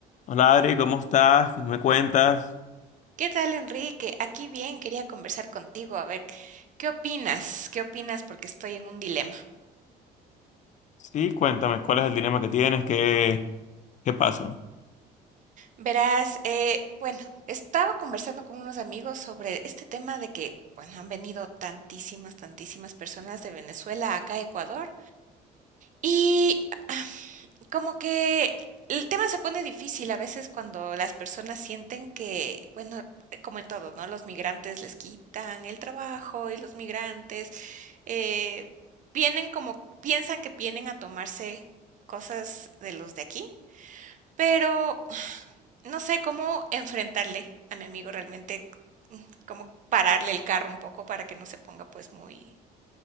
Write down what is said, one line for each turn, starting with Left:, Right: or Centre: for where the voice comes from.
Left: Hola Adri, ¿cómo estás? ¿Qué ¿Me cuentas?
Right: ¿Qué tal, Enrique? Aquí bien, quería conversar contigo, a ver, ¿qué opinas? ¿Qué opinas? Porque estoy en un dilema.
Left: Sí, cuéntame, ¿cuál es el dilema que tienes? ¿Qué, qué pasa?
Right: Verás, eh, bueno, estaba conversando con unos amigos sobre este tema de que, bueno, han venido tantísimas, tantísimas personas de Venezuela acá a Ecuador y ah, como que el tema se pone difícil a veces cuando las personas sienten que, bueno, como en todo, ¿no? Los migrantes les quitan el trabajo y los migrantes eh, vienen como, piensan que vienen a tomarse cosas de los de aquí, pero no sé cómo enfrentarle a mi amigo realmente, mm, cómo pararle el carro un poco para que no se ponga pues muy,